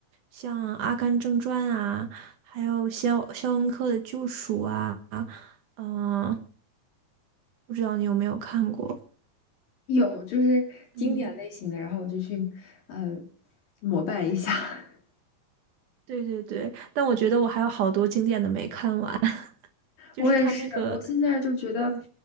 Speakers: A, on the right; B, on the left.
A: 像《阿甘正传》啊，还有肖肖恩克的《救赎》啊，嗯，不知道你有没有看过？
B: 有，就是经典类型的，
A: 嗯，
B: 然后我就去呃膜拜一下。<laughs>
A: 对对对，但我觉得我还有好多经典的没看完，<laughs> 就是他那个。
B: 我也是，我现在就觉得
A: 嗯。